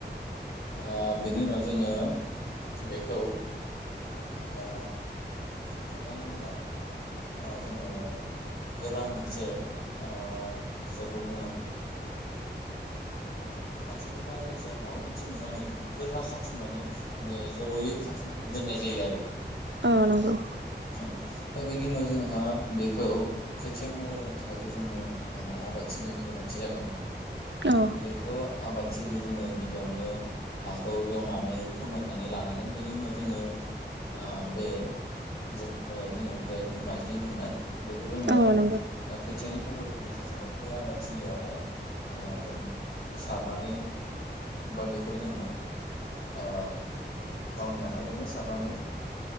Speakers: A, on the left (about 65°); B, on the right (about 75°).
A: अ बेनि उनाव जोङो बेखौ अ खांनायनि उनाव अ जोङो गोरा मोनसे ओ जायखौ बुङो बा जोंङो फाथोनि बा जायखिया माबा मोनसे मुवानि बेखौ गोरा खाथुमनानै दो ज'यै खाथुमनानै दोननाय जायो आरो।
B: औ नंगौ
A: दा बेनि उनाव जोंहा बेखौ खोथिया महर थाखायथ' जोंनो ओ आबादथिलिनि गोनांथि जागोन।
B: औ
A: बेखौ आबादथिलि जोङो गिबियावनो हाखौ एवनानै फोमोननानै लानांगोन बेनि उनाव जोङो ओ बे जोङो जायखौनो माइज्लि बुङो ना? बेखौ जोङो
B: औ नंगौ
A: ओ खोथ खोथियानि महर होनो थाखाय बे आबादथिलियावहाय ओ जों सारनानै बा बेखौ जोङो ओ गावनि आखाइजोंनो सारनानै